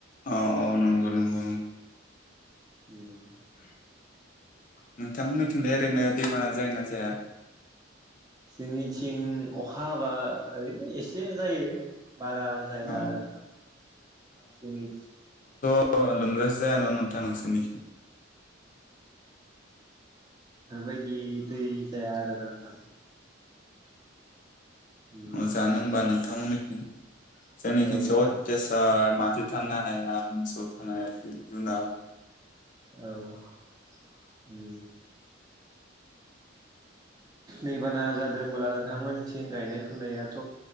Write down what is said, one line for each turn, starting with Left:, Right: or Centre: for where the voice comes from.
Left: औ औ नंगौ नंगौ नंगौ।
Right: उम।
Left: नोंथांमोननिथिंलाय ओरैनो दैबाना जायो ना जाया?
Right: जोंनिथिं अखा हाबा ओरैनो एसे एसे जायो बारा जाया
Left: औ
Right: आरो नोंथां जोंनि
Left: लोमनो जायान'नोंथां नोंसोरनिखिं?
Right: बेयायदि दै जाया आरोना नोंथां। उम
Left: औ जानो ओमबा नों नोंथां मोननिखिं। जोंनिखासो
Right: औ नोंथां
Left: अयतासार थानो हाया मोसौ थानो जिब -जुनार
Right: औ उम <unintelligible> दैबाना जादोंब्ला नोंथां मोनथिं गायनाय फुनायाथ